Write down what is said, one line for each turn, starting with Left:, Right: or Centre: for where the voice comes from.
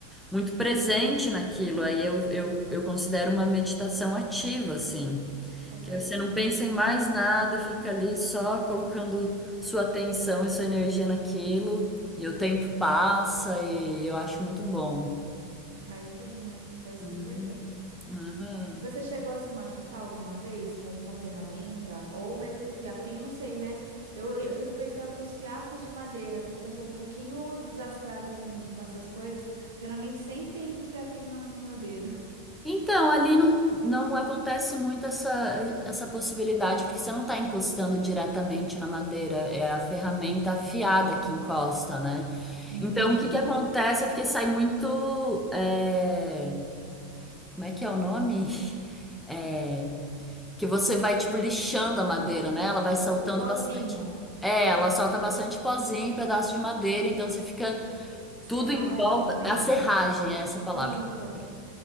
Centre: muito presente naquilo. Aí eu, eu, eu considero uma meditação ativa, assim.
Right: É verdade.
Centre: Que você não pensa em mais nada, fica ali só colocando sua atenção e sua energia naquilo, e o tempo passa, e eu acho muito bom.
Right: E faz bem, né? E faz
Centre: Uhum,
Right: super bem.
Centre: uhum.
Right: Você chegou a se machucar alguma vez com alguma ferramenta ou mesmo fiapinho? Não sei, né? Eu, eu, eu fico pensando nos fiapos de madeira, porque eu sou um pouquinho desastrada com, com essas coisas. Geralmente sempre entra um fiapinho no, no meu dedo.
Centre: Então, ali não, não acontece muito essa, essa possibilidade, porque você não está encostando diretamente na madeira, é a ferramenta afiada que encosta, né?
Right: <laughs> Entendi.
Centre: Então, o que que acontece é porque sai muito. é, Como é que é o nome? <laughs> É, Que você vai, tipo, lixando a madeira, né? Ela vai soltando
Right: O pozinho,
Centre: bastante. É, ela solta bastante pozinho, pedaço de madeira, então você fica
Right: serragem
Centre: tudo em volta.
Right: também?
Centre: A serragem é essa palavra
Right: Isso.
Centre: que eu tava procurando.